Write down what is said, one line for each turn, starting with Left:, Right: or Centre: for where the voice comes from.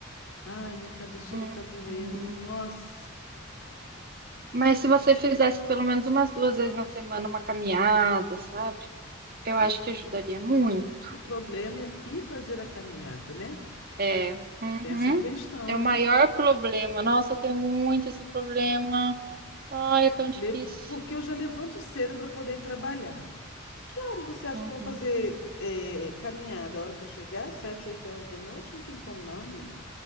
Left: Ai, minha cabeça chega
Right: Hum,
Left: a estar doendo.
Right: hum.
Left: Nossa,
Right: Mas se você fizesse pelo menos umas duas vezes na semana uma caminhada, sabe? Eu acho que ajudaria muito.
Left: o problema é ir fazer a caminhada, né?
Right: É, uhum.
Left: Tem essa questão,
Right: É
Left: né?
Right: o maior problema. Nossa, eu tenho muito esse problema. Ai, é tão difícil.
Left: Lev- Porque eu já levanto cedo para poder ir trabalhar. Que horas você acha
Right: Uhum.
Left: que eu vou fazer eh, caminhada? A hora que eu chegar? Sete, oito horas da noite? Não tem como não, amiga.